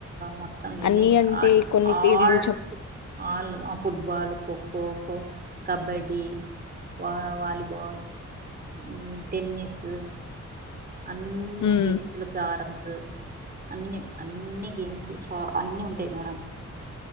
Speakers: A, on the right; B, on the left.
A: మొత్తం ఎన్ని
B: అన్ని అంటే కొన్ని
A: ఆల్
B: పేర్లు చెప్
A: ఆల్ ఫుట్బాల్ ఖోఖో ఖోఖో కబడ్డీ వా వాలిబాల్ ఉమ్ టెన్నిీస్ అన్ని
B: మ్మ్
A: గేమ్స్‌లో క్యారమ్స్ స్ అన్ని అన్ని గేమ్స్ చ అన్ని ఉంటాయి మేడం